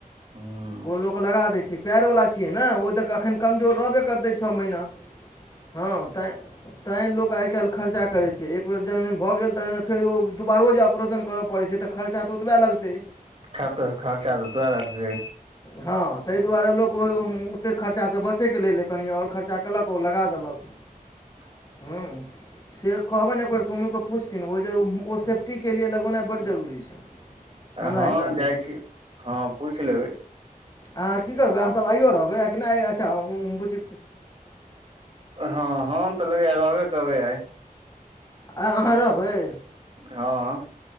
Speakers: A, on the right; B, on the left.
A: हँ।
B: ओ लोक लगा दैय छैर पैर वला छियै ने ओ त एखन कमजोर रहबे करतै छ महीना। हँ तैं तै लोक आइ काइल खर्चा करै छै एक। बेेर जहने भ गेल तखन फेर ओ दुबारो जे ऑपरेशन कर परै छै त खर्चा त ओतबे लगतै
A: हं त खर्चा त ओतबै लगतै
B: हँ तैं दुआरे लोक ओ हं ओतेक खर्चासँ बचैके लेलइ कनी आओर खर्चा केलक ओ लगा देलक।
A: ह <inaudible>
B: हुं से कहबनि एक बेेर सोनूके पुछथिन ओ जे ओ से। फ्टीके लिए लगौनाइ बड्ड जरूरी छै हमरा
A: हँ
B: हिसाबे।
A: जाइ छी हँ पुइछ लेबैय।
B: अहाँ की करबै अहाँ सब आइयो रहबै आ कि नै अच्छा उं बुच्ची
A: हँ हम त लगैया रहबे करबै आइ।
B: आइ अहाँ रहबै?
A: हँ